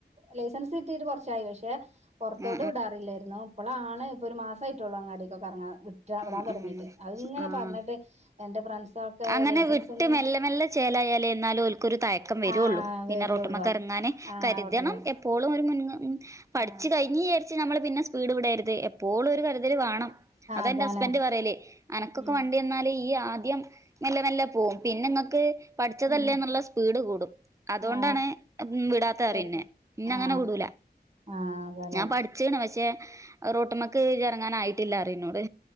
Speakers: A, on the right (about 40°); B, on the right (about 20°).
A: ലൈസൻസ് കിട്ടീട്ട് കൊറച്ചായി പക്ഷെ പൊറത്തോട്ട്
B: ആ
A: വിടാറില്ലാരുന്നു ഇപ്പോളാണ് ഇപ്പോ ഒരു മാസായിട്ടുള്ളൂ അങ്ങാടിക്കക്കെ എറങ്ങാ വി
B: ആ ആ
A: വിടാൻ തുടങ്ങിയിട്ട് അത്ങ്ങനെ
B: ആ
A: പറഞ്ഞിട്ട്
B: ആ
A: എന്റെ ഫ്രണ്ട്സൊക്കെ
B: അങ്ങനെ
A: ലൈസൻസും
B: വിട്ട് മെല്ലെ മെല്ലെ ചേലായാലേ എന്നാലും ഓല്ക്കൊരു തയക്കം വരുള്ളൂ
A: ആ
B: പിന്നെ
A: വരുള്ളൂ
B: റോട്ടുമക്കറങ്ങാൻ ന്നാല്
A: ആ
B: കരുതണം
A: റോട്ടില്
B: എപ്പോളും ഒരു മുൻ പഠി
A: ആ
B: ഇച്ച് കഴിഞ്ഞരിച്ച് നമ്മൾ പിന്നെ സ്പീഡ് വിടരുത് എപ്പോളും ഒരു കരുതൽ വാണം
A: ആ
B: അതാന്റെ
A: അതാണ്
B: ഹസ്ബൻറ് പറയല് അനക്കൊക്കെ
A: ഉം
B: വണ്ടിന്നാല് ഈ ആദ്യം മെല്ലെ മെല്ലെ പോവും പിന്നെ നിങ്ങക്ക് പഠിച്ചതല്ലേന്നുള്ള
A: ഉം
B: സ്പീഡ് കൂടും അതുകൊണ്ടാണ്
A: ആ
B: വിടാത്ത
A: തരാം
B: അറിന്നെ ഇന്ന
A: ആ
B: അങ്ങനെ വിടൂല
A: ആ അതല്ലെ
B: ഞാൻ പഠിച്ചേണ് പക്ഷെ റോട്ട്മ്മക്ക് ഇറങ്ങാൻ ആയിട്ടില്ലാറിയും എന്നോട്